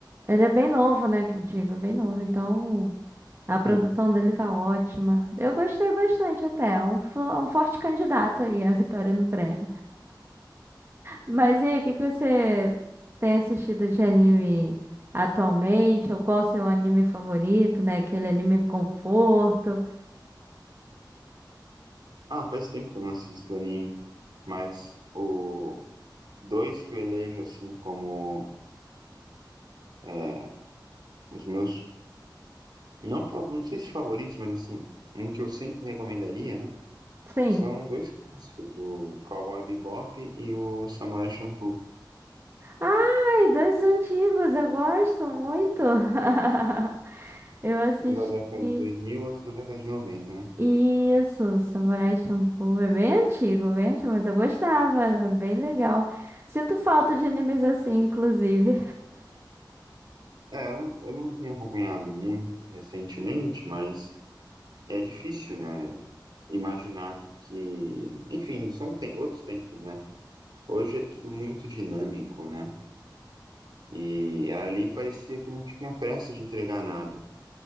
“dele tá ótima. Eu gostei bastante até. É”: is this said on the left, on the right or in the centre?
Right